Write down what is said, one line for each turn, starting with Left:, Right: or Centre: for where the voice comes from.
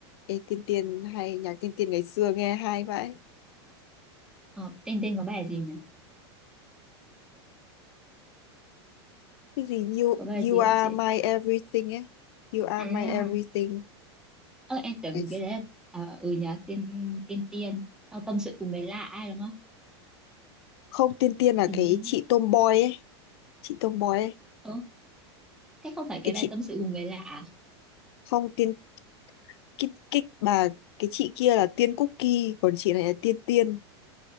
Left: ê tiên tiên hay nhạc tiên tiên ngày xưa nghe hay vậy
Centre: Ờ, tên tên có bài gì nhỉ
Left: cái gì you
Centre: có bài
Left: you
Centre: gì
Left: are
Centre: vậy chị
Left: my everything ấy you are
Centre: à
Left: my everything
Centre: ơ em tưởng
Left: Ngày x-
Centre: cái đấy là à, ừ nhỉ tên tên tiên Ờ, tâm sự cùng người lạ ai đúng không
Left: không tiên tiên là
Centre: hình
Left: cái
Centre: như
Left: chị tomboy ấy chị tomboy ấy
Centre: ừ, thế không phải cái
Left: cái
Centre: bài
Left: chị
Centre: tâm sự cùng người lạ à?
Left: không tiên cái cái bà cái chị kia là tiên cookie còn chị này là tiên tiên